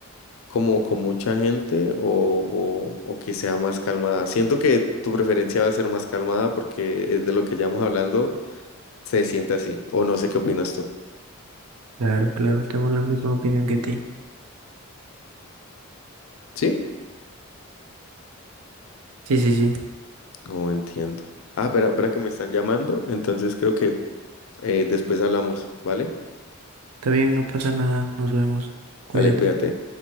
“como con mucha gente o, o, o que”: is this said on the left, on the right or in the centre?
Left